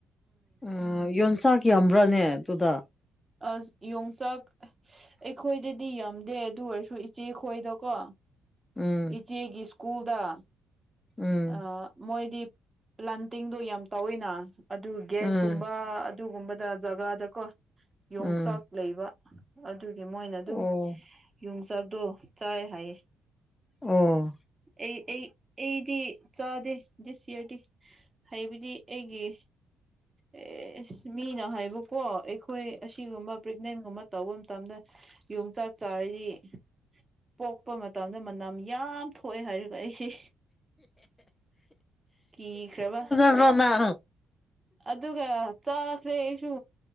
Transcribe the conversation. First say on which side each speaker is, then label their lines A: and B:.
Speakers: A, on the left (about 20°); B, on the right (about 20°).
A: ꯎꯝ ꯌꯣꯟꯆꯥꯛ ꯌꯥꯝꯕ꯭ꯔꯅꯦ ꯑꯗꯨꯗ
B: ꯑꯁ ꯌꯣꯡꯆꯥꯥꯛ ꯑꯩꯈꯣꯏꯗꯗꯤ ꯌꯥꯝꯗꯦ ꯑꯗꯨ ꯑꯣꯏꯔꯁꯨ ꯏꯆꯦ ꯈꯣꯏꯗꯀꯣ
A: ꯎꯝ
B: ꯏꯆꯦꯒꯤ ꯁ꯭ꯀꯨꯜꯗ
A: ꯎꯝ
B: ꯑ ꯃꯣꯏꯗꯤ ꯄ꯭ꯂꯥꯟꯇꯤꯡꯗꯣ ꯌꯥꯝ ꯇꯧꯋꯤꯅ ꯑꯗꯨ ꯒꯦꯠꯀꯨꯝꯕ
A: ꯎꯝ
B: ꯑꯗꯨꯒꯨꯝꯕꯗ ꯖꯒꯥꯗꯀꯣ ꯌꯣꯡꯆꯥꯛ
A: ꯎꯝ
B: ꯂꯩꯕ ꯑꯗꯨꯒꯤ ꯃꯣꯏꯅ ꯑꯗꯨꯝ
A: ꯑꯣ
B: ꯌꯣꯡꯆꯥꯛꯇꯣ ꯆꯥꯏ ꯍꯥꯏꯌꯦ
A: ꯑꯣ
B: ꯑꯩ ꯑꯩ ꯑꯩꯗꯤ ꯆꯥꯗꯦ ꯗꯤꯁ ꯏꯌ꯭ꯔꯗꯤ ꯍꯩꯕꯗꯤ ꯑꯩꯒꯤ ꯑꯦꯁ ꯃꯤꯅ ꯍꯥꯏꯕꯀꯣ ꯑꯩꯈꯣꯏ ꯑꯁꯤꯒꯨꯝꯕ ꯄ꯭ꯔꯦꯒꯅꯦꯟꯒꯨꯝꯕ ꯇꯧꯕ ꯃꯇꯝꯗ ꯌꯣꯡꯆꯥꯛ ꯆꯥꯔꯗꯤ ꯄꯣꯛꯄ ꯃꯇꯝꯗ ꯃꯅꯝ ꯌꯥꯝ ꯊꯣꯛꯑꯦ ꯍꯥꯏꯔꯒ ꯑꯩꯁꯦ ꯀꯤꯈ꯭ꯔꯕ
A: ꯀꯣꯔꯣꯅꯥꯡ
B: ꯑꯗꯨꯒ ꯆꯥꯈ꯭ꯔꯦ ꯑꯩꯁꯨ